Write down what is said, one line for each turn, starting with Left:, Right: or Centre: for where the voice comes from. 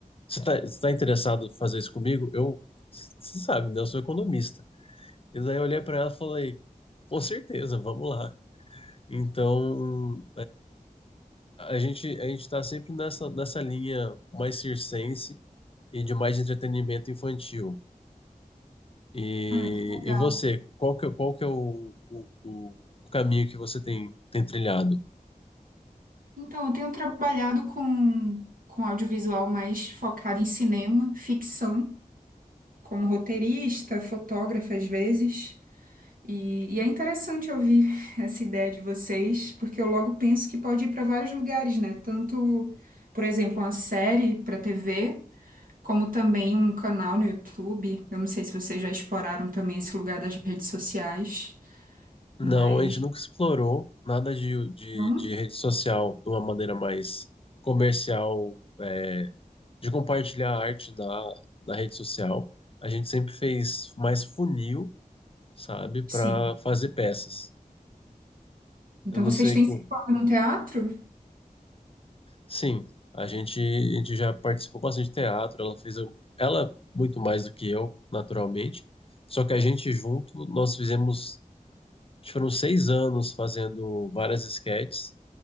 Left: Você tá, você tá interessado em fazer isso comigo? Eu, você sabe, né? Eu sou economista. E daí eu olhei para ela e falei: Com certeza, vamos lá. Então. A gente, a gente está sempre nessa, nessa linha mais circense e de mais entretenimento infantil. E,
Right: Ah, que legal.
Left: e você, qual que, é- qual que é o, o, o- o caminho que você tem, tem trilhado?
Right: Então, eu tenho trabalhado com, com audiovisual mais focado em cinema, ficção, como roteirista, fotógrafa às vezes. E, e é interessante ouvir <laughs> essa ideia de vocês, porque eu logo penso que pode ir para vários lugares, né? Tanto, por exemplo, uma série para TV, como também um canal no YouTube. Eu não sei se vocês já exploraram também esse lugar das redes sociais,
Left: Não,
Right: mas
Left: a gente nunca explorou nada de, de,
Right: não,
Left: de rede social de uma maneira mais comercial, é, de compartilhar arte na, na rede social. A gente sempre fez mais funil, sabe, para
Right: sim.
Left: fazer peças.
Right: Então
Left: Eu não
Right: vocês
Left: sei
Right: têm
Left: como.
Right: se formado no teatro?
Left: Sim, a gente, a gente já participou bastante de teatro, ela fez, al- ela muito mais do que eu, naturalmente, só que a gente junto, nós fizemos, acho que foram seis anos fazendo várias esquetes,